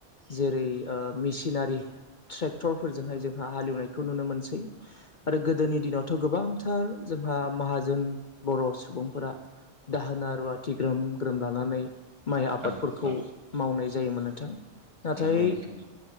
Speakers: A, on the left (about 45°); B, on the right (about 25°).
A: जेरै ओ मेसिनारि ट्रेक्टरफोरजोंहाय जों हां हालेवनायखौ नुनो मोनसै
B: नंगौ
A: आरो गोदोनि दिनाव थ' गोबांथार जोंहा माहाजोन बर' सुबुंफोरा दाहोना रुवाथि ग्रोम-ग्रोम लानानै माइ आबादफोरखौ
B: औ औ
A: मावनाय जायोमोन नोंथां नाथाय
B: नंगौ नोंथां